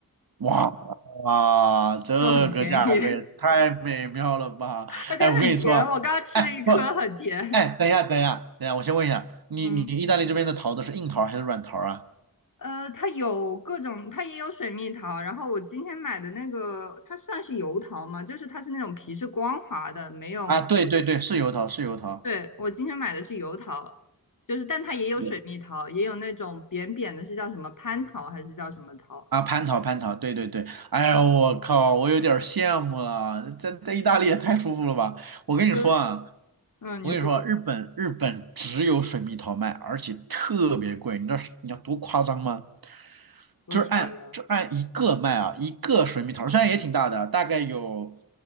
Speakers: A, on the right; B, on the left.
A: 哇哇，啊这个价格也太美妙了吧！
B: 就很便宜，<laughs> 而且很甜。
A: 哎，我跟你说啊，
B: 我刚刚吃了一颗，
A: 哎不，
B: 很甜。
A: 哎，等一下，等一下，等一下，我先问一下，你你意大利这边的桃子是硬桃还是软桃啊？
B: 嗯，呃，它有各种，它也有水蜜桃。然后我今天买的那个，它算是油桃吗？就是它是那种皮是光滑的，没有毛。
A: 啊，对对对，是油桃，是油桃。
B: 对，我今天买的是油桃，就是但它也有水蜜桃，
A: 我
B: 也有那种扁扁的，是叫什么蟠桃还是叫什么桃？
A: 啊，蟠桃，蟠桃，对对对。哎呀，我靠，我有点儿羡慕了，在在意大利也太舒服了吧！我跟你说啊，
B: 嗯，嗯，
A: 我跟你说，
B: 你说
A: 日本日本只有水蜜桃卖，而且特别贵，你知道是你要多夸张吗？
B: 多少呀？
A: 就是按就按一个卖啊，一个水蜜桃，虽然也挺大的，大概有